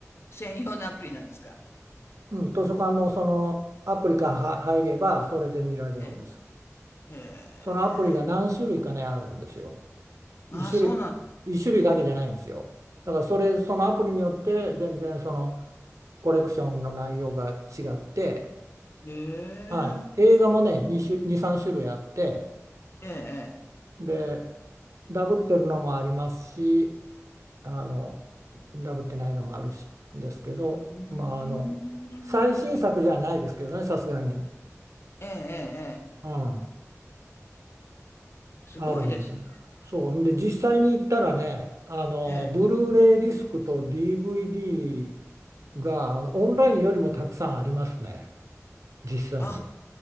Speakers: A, on the left; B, on the right.
A: 専用のアプリなんですか？
B: うん、図書館のそのアプリからは入れば、それで見られるんです。
A: ええ。へえ。
B: そのアプリが何種類かね、あるんですよ。一種類、
A: ああ、そうなんだ
B: 一種類だけじゃないんですよ。だからそれ、そのアプリによって、全然そのコレクションの内容が違って、
A: へえ。
B: はい、映画もね、2種、2、3種類あって、
A: ええええ。
B: で、ダブってるのもありますし、あの、ダブってないのもあるし、ですけど、
A: うーん。
B: まあ、あの、最新作じゃないですけどね、さすがに。
A: ええええええ。
B: うん
A: すごいですね。
B: あるんですね。そう。んで、実際に行ったらね、あの、
A: ええ。
B: ブルーレイディスクと DVD が、あの、オンラインよりもたくさんありますね。実際に。
A: あ、